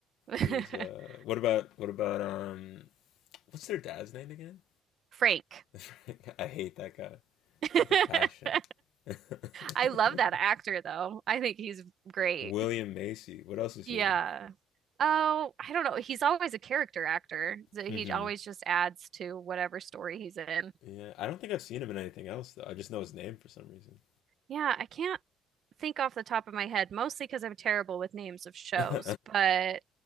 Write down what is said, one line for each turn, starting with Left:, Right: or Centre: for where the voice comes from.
Right: <laughs>
Left: She's uh, what about what about um, what's their dad's name again?
Right: Frank.
Left: <laughs> I hate that guy
Right: <laughs>
Left: with a passion. <laughs>
Right: I love that actor, though. I think he's great.
Left: William Macy. What else is
Right: Yeah.
Left: he in?
Right: Oh, I don't know. He's always a character actor. So He
Left: hmm
Right: always just adds to whatever story he's in.
Left: Yeah, I don't think I've seen him in anything else though. I just know his name for some reason.
Right: Yeah, I can't think off the top of my head, mostly because I'm terrible with names of shows,
Left: <laughs>
Right: but